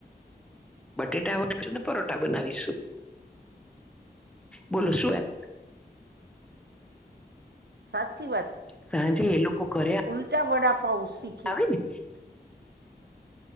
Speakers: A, in the centre; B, on the right (about 75°).
A: બટેટા વાીશું ને પરોઠા બનાવીશું બલો શું એપ
B: સાચી વાત.
A: સાંજે એ લોકો કર્યા.
B: ઉલ્ટા વડા પાઉ સી
A: આવે ને